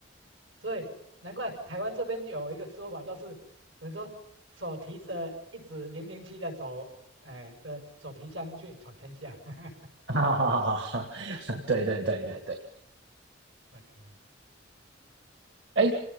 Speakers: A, on the right; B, on the right.
A: 所以难怪台湾这边有一个说法，都是等于说手提着一支零零七的手，哎、的手提箱去闯天下。<laughs>
B: <laughs> 哈哈哈哈哈，对对对对对。
A: OK，
B: 哎